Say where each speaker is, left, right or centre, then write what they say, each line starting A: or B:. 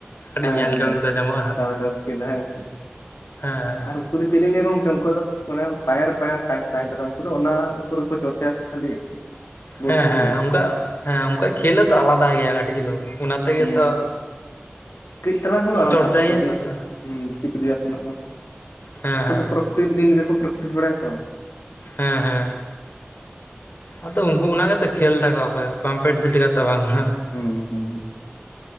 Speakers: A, on the left (about 50°); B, on the left (about 75°).
A: ᱟᱹᱰᱤ
B: ᱦᱮᱸ
A: ᱧᱮᱞ ᱡᱚᱝ ᱫᱚ
B: ᱦᱮᱸ
A: ᱧᱟᱢᱚᱜᱼᱟ ᱦᱟᱸᱜ,
B: ᱚᱠᱟ ᱞᱮᱠᱟ ᱠᱚ ᱠᱷᱮᱞᱟ ᱦᱮᱸ ᱥᱮ᱾
A: ᱦᱮᱸ
B: ᱟᱨ ᱩᱱᱠᱩ ᱫᱚ ᱪᱮᱫ ᱞᱤᱧ ᱞᱮᱭᱟ ᱜᱚᱝᱠᱮ ᱩᱱᱠᱩᱣᱟᱜ ᱫᱚ ᱢᱟᱱᱮ ᱯᱟᱭᱟᱨ ᱯᱟᱭᱟᱨ ᱴᱟᱪ ᱛᱟᱦᱮᱱ ᱛᱟᱠᱳᱣᱟ, ᱩᱱᱠᱩ ᱫᱚ ᱚᱱᱟ ᱩᱯᱚᱨᱮ ᱠᱚ ᱪᱚᱨᱪᱟᱭᱟ ᱥᱮ ᱠᱷᱟᱹᱞᱤ᱾ ᱵᱚᱞ
A: ᱦᱮᱸ
B: ᱠᱷᱮᱞ
A: ᱦᱮᱸ
B: ᱜᱮ
A: ᱩᱱᱠᱩᱣᱟᱜ, ᱦᱮᱸ ᱩᱱᱠᱩᱣᱟᱜ ᱠᱷᱮᱞ ᱦᱚᱸᱛᱚ ᱟᱞᱟᱫᱟ ᱜᱮᱭᱟ ᱠᱟᱹᱴᱤᱡ ᱪᱩᱞᱩᱝ ᱚᱱᱟ ᱛᱮᱜᱮ
B: ᱦᱩᱸ
A: ᱛᱚ
B: ᱠᱟᱹᱡ ᱛᱟᱞᱟᱝ ᱦᱚᱸ ᱞᱟᱲᱟᱜ
A: ᱪᱚᱨᱪᱟᱭ
B: <unintelligible> ᱛᱟᱠᱚᱣᱟ
A: ᱜᱮᱭᱟ ᱠᱚ ᱛᱚ
B: ᱫᱮᱥᱤ ᱯᱤᱞᱤᱭᱟᱨ ᱠᱷᱚᱱᱟᱜ ᱫᱚ᱾
A: ᱦᱮᱸ
B: ᱩᱱᱠᱩ
A: ᱦᱮᱸ
B: ᱫᱚ ᱯᱨᱚᱛᱮᱠ ᱫᱤᱱ ᱜᱮᱠᱚ ᱯᱨᱮᱠᱴᱤᱥ ᱵᱷᱲᱟᱭᱟᱛᱚ᱾
A: ᱦᱮᱸ ᱦᱮᱸ ᱟᱫᱚ ᱩᱱᱠᱩ ᱚᱱᱟᱜᱮᱛᱚ ᱠᱷᱮᱞᱫᱟ ᱠᱚ ᱟᱠᱚᱣᱟᱜ ᱵᱟᱢ ᱯᱮᱴᱤᱥ ᱞᱮᱠᱟᱱ ᱛᱚ ᱵᱟᱝ <unintelligible>
B: ᱦᱩᱸ ᱦᱩᱸ